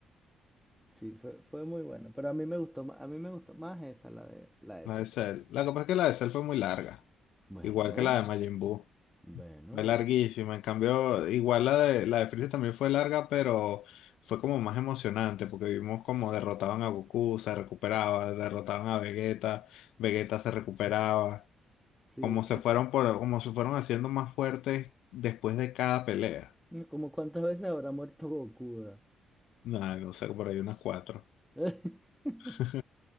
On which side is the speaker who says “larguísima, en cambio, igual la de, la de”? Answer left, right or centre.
Left